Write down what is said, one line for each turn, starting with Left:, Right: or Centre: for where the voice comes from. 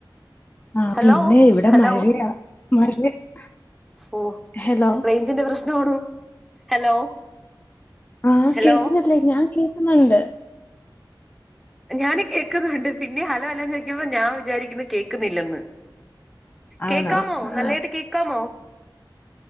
Left: ആഹ
Centre: ഹലോ
Left: പിന്നെ ഇവിടെ
Centre: ഹലോ
Left: മഴയാ <unintelligible>
Centre: ഓ
Left: ഹലോ
Centre: റേഞ്ചിന്റെ പ്രശ്ന <unintelligible> ഹലോ
Left: ആഹ്
Centre: ഹലോ
Left: കേക്കുന്നല്ലേ ഞാൻ കേ ണ്ട്
Centre: ഞാന കേക്കുന്നുണ്ട് പിന്നെ ഹലൊ ക്കുമ്പോ ഞാൻ വിചാരിക്കുന്നു കേൾക്കുന്നില്ലന്ന് കേക്കാമോ
Left: ആണോ ആഹ്
Centre: നല്ലതായിട്ട് കേക്കാമോ